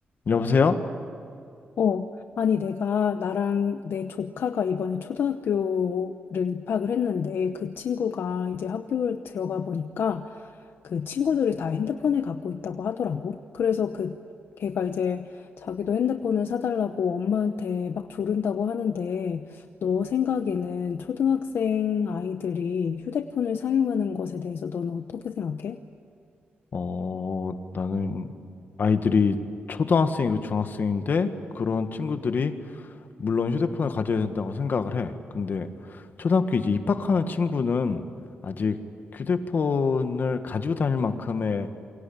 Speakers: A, on the left; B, on the left.
A: 여보세요?
B: 어, 아니, 내가, 나랑 내 조카가 이번에 초등학교를 입학을 했는데, 그 친구가 이제 학교에 들어가 보니까, 그 친구들이 다 핸드폰을 갖고 있다고 하더라고. 그래서 그, 걔가 이제 자기도 핸드폰을 사달라고 엄마한테 막 조른다고 하는데, 너 생각에는 초등학생 아이들이 휴대폰을 사용하는 것에 대해서 너는 어떻게 생각해?
A: 어, 나는 아이들이 초등학생이고 중학생인데 그런 친구들이 물론 휴대폰을 가져야 된다고 생각을 해. 근데 초등학교 이제 입학하는 친구는 아직 휴대폰을 가지고 다닐 만큼의